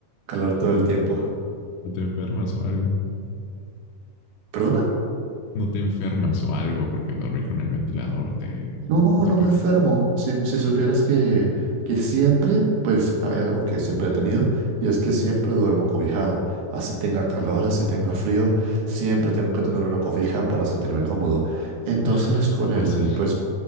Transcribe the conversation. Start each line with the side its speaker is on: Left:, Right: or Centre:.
Right: calor todo
Left: <laughs>
Right: el tiempo.
Left: No te enfermas o algo.
Right: ¿Perdona?
Left: No te enfermas o algo porque dormir con el ventilador te,
Right: No,
Left: no te
Right: no
Left: puede.
Right: me enfermo. Si, si supieras que, que siempre, pues hay algo que siempre he tenido y es que siempre duermo cobijado. Así tenga calor, así tenga frío, siempre tengo que tener una cobija para sentirme cómodo. Entonces
Left: <laughs>
Right: con
Left: <sighs> Me pasa.
Right: el, pues,